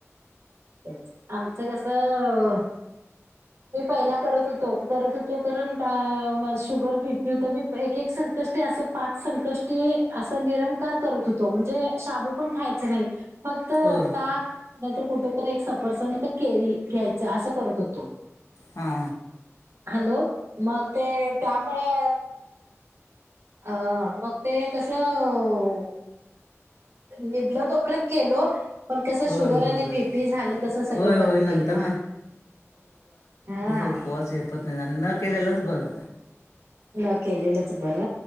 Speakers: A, on the right; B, on the left.
A: ते आमचं कसं. मी पहिला करत होतो करत होतो कारण शुगर पी पी तर मी एक एक संक अस पाच संकष्टी अस निरंकार करत होतो म्हणजे शबू पण खायच नाही. फक्त
B: होय
A: ताक नंतर कुठेतरी एक सफरसण तर केरी घ्यायच असं करत होतो.
B: हा.
A: हॅलो मग ते त्यामुळे अ मग ते कसं. निभलं तोपर्यंत केलो. पण कसं
B: होय
A: शुगर
B: होय
A: आणि
B: होय
A: बीपी झालं तस सगळं
B: होय
A: बंद
B: होय नंतर
A: केल हा.
B: च पत नाही न केले लच बर.
A: ल केलेलंच बर.